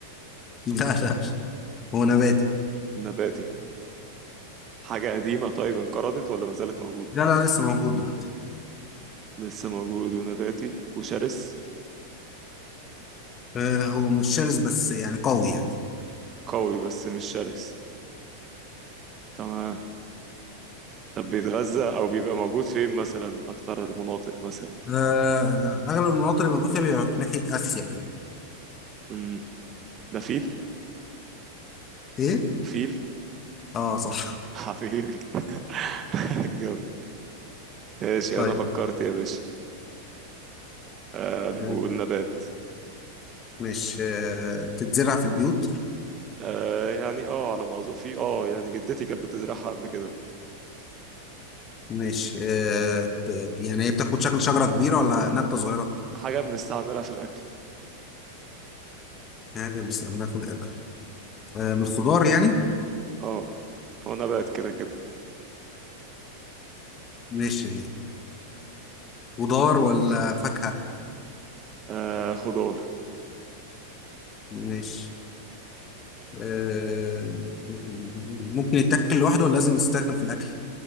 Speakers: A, on the left; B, on the right.
A: لا لا هو نباتي
B: نباتي حاجة قديمة طيب انقرضت ولا ما زالت موجودة
A: لا لا لسه موجود دلوقتي
B: لسه موجود ونباتي وشرس
A: آه هو مش شرس بس يعني قوي يعني
B: قوي بس مش شرس تمام طب بيتغذى او بيبقى موجود فين مثلا اكتر مناطق مثلا
A: آه اغلب المناطق اللي موجود فيها بيبقى في ناحية اسيا كده
B: امم ده فيل
A: ايه؟
B: فيل
A: اه صح
B: <laughs> حبيبي <laughs> جامد. ماشي
A: طيب
B: انا فكرت يا باشا آه نقول
A: آه
B: نبات
A: ماشي آه بتتزرع في البيوت
B: آه يعني اه على ما اظن في اه يعني جدتي كانت بتزرعها قبل كده
A: ماشي آه ت- يعني هي بتاخد شكل شجرة كبيرة ولا نبتة صغيرة؟
B: حاجه بنستعملها في الاكل
A: يعني بنستخدمها في الأكل آه من الخضار يعني
B: اه ونبات كده كده
A: ماشي خضار ولا فاكهة
B: آه خضار
A: ماشي آه، ممكن يتاكل لوحده ولا لازم يستخدم في الأكل